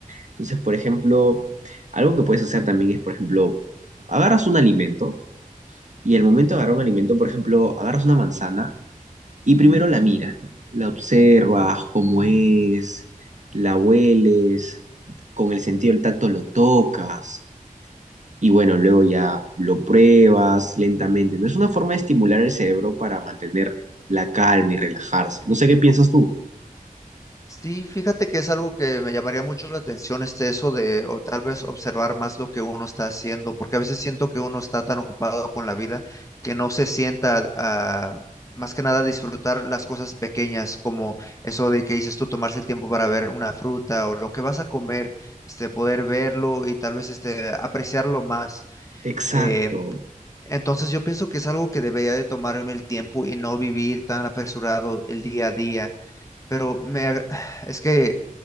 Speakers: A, on the right (about 55°); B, on the left (about 20°).
A: Entonces, por ejemplo, algo que puedes hacer también es, por ejemplo, agarras un alimento. Y el momento de agarrar un alimento, por ejemplo, agarras una manzana y primero la miras, ¿no? La observas, cómo es, la hueles, con el sentido del tacto lo tocas y bueno, luego ya lo pruebas lentamente. No es una forma de estimular el cerebro para mantener la calma y relajarse. No sé qué piensas tú.
B: Sí, fíjate que es algo que me llamaría mucho la atención, este, eso de, o tal vez observar más lo que uno está haciendo, porque a veces siento que uno está tan ocupado con la vida que no se sienta a, más que nada, disfrutar las cosas pequeñas, como eso de que dices tú, tomarse el tiempo para ver una fruta o lo que vas a comer, este, poder verlo y tal vez, este, apreciarlo más.
A: Exacto.
B: Eh, entonces yo pienso que es algo que debería de tomarme el tiempo y no vivir tan apresurado el día a día, pero me, agra- <sighs> es que